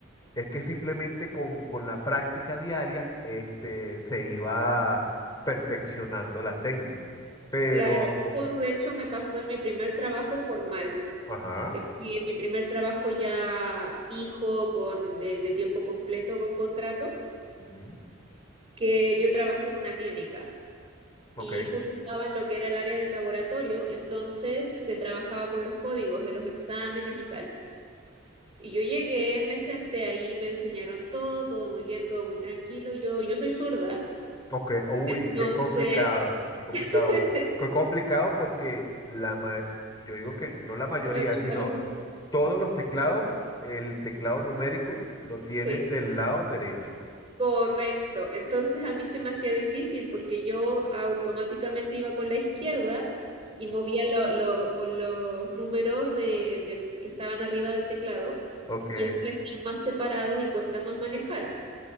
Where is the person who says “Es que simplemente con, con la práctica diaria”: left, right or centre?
Left